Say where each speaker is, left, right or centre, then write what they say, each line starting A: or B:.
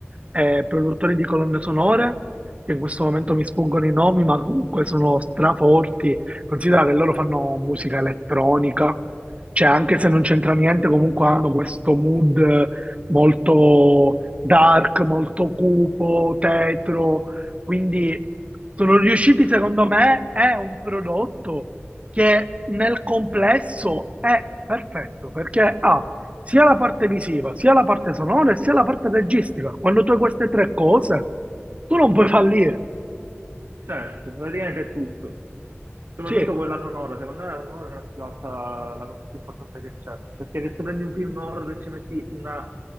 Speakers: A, on the right; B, on the right.
A: eh, produttori di colonne sonore, che in questo momento mi sfuggono i nomi, ma comunque sono straforti. Considera che loro fanno musica elettronica, cioè anche se non c'entra niente, comunque hanno questo mood eh, molto dark, molto cupo, tetro quindi sono riusciti, secondo me, è un prodotto che nel complesso è perfetto perché ha sia la parte visiva, sia la parte sonora e sia la parte registica. Quando tu hai queste tre cose, tu non puoi fallire.
B: Certo, praticamente è tutto. Soprattutto
A: Sì,
B: quella sonora, secondo me la sonora è la più alta, la cosa più importante che c'è. Perché se tu prendi un film horror e ci metti una